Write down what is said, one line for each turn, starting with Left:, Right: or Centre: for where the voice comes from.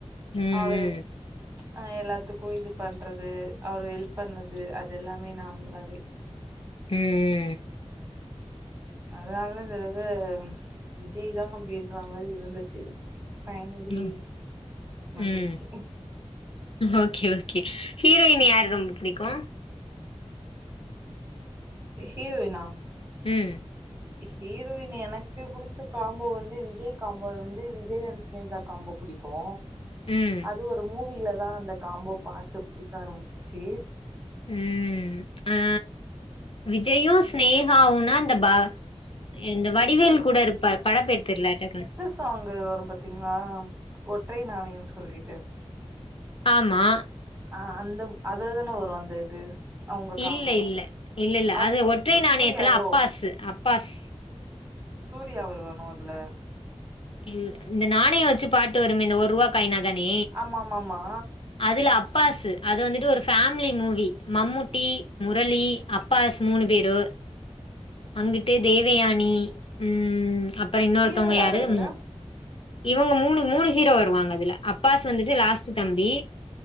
Left: ம்
Right: அவரு
Left: ம்
Right: ஆ எல்லாத்துக்கு இது பண்றது அவரு ஹெல்ப் பண்ணது அது எல்லாமே நார்மலாவே
Left: ம்
Right: அதனால இந்த தடவ விஜய் தா அப்டின்ற மாரி இருந்துச்சு ஃபைனலி
Left: ம்
Right: நந்துருச்சு
Left: ம் ஓகே ஓகே ஹீரோயின் யாரு ரொம்ப புடிக்கும்
Right: ஹீரோயினா
Left: ம்
Right: ஹீரோயின் எனக்கு புடிச்ச காம்போ வந்து விஜய் காம்போல வந்து விஜய் அண்ட் ஸ்னேக காம்போ புடிக் கோ
Left: ம்
Right: அது ஒரு மூவிலதா அந்த காம்போ பாத்து பிடிக்க ஆரம்பிச்சுச்சு
Left: ம் அ விஜயும் ஸ்நேகாவும்னா இந்த பா இந்த வடிவேல் கூட இருப்பார் படம்பேர் தெர்ல டக்குன்னு
Right: காம்போ வரும் பத்தீங்ளா ஒற்றை நாணயம் சொல்லிட்டு
Left: ஆமா
Right: அ அந்த அதலதான வரும் அந்த இது அவங்க
Left: இல்ல
Right: காம்போ
Left: இல்ல இல்ல இல்ல
Right: அவங்க
Left: அது ஒற்றை நாணயத்துல
Right: சூர்யாவோ
Left: அப்பாஸ்சு அப்பாஸ்
Right: சூர்யா வருவான அதுல
Left: இல் இந்த நாணயம் வச்சு பாட்டு வருமே இந்த ஒரு ரூபா காயின் அதானே
Right: ஆமா ஆமா ஆமா
Left: அதுல அப்பாசு அது வந்துட்டு ஒரு family movie Mammootty Murali Abbas மூணு பேரு வந்துட்டு தேவயானி ம் அப்பறோ இன்னொருத்தவங்க
Right: ஹீரோ
Left: யாரு
Right: அதுல
Left: ம் இவங்க மூணு மூணு ஹீரோ வருவாங்க அதுல அப்பாஸ் வந்துட்டு லாஸ்ட்டு தம்பி